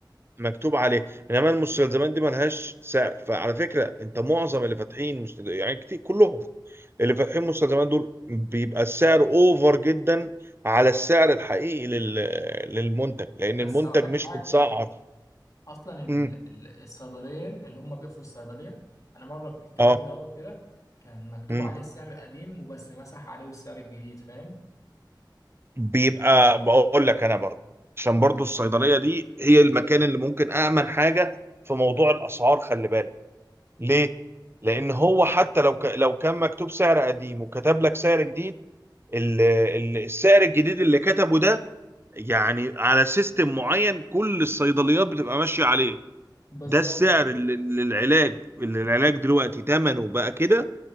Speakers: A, on the right; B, on the left.
A: مكتوب عليه انما المستلزمات دي ملهاش سعر فعلى فكره انت معظم اللي فاتحين مستل... يعني كتير كلهم اللي فاتحين مستلزمات دول بيبقى السعر اوفر جدا على السعر الحقيقي لل... للمنتج لان
B: بس
A: المنتج
B: هقول لك
A: مش
B: حاجه
A: متسعر
B: اصلا ال-
A: امم
B: ال- الصيدليين اللي هم بيقفوا الصيدليه انا مره اشتريت
A: اه
B: دواء وكده كان مكتوب
A: امم
B: عليه السعر القديم وبس مسح عليه السعر الجديد فاهم
A: بيبقى بقول لك انا برضه عشان برضه الصيدليه دي هي المكان اللي ممكن امن حاجه في موضوع الاسعار خلي بالك ليه لان هو حتى لو ك... لو كان مكتوب سعر قديم وكتب لك سعر جديد ال- ال- السعر الجديد اللي كتبه ده يعني على سيستم معين كل الصيدليات بتبقى ماشية عليه
B: بالظبط
A: ده السعر اللي- اللي العلاج اللي العلاج دلوقتي ثمنه بقى كده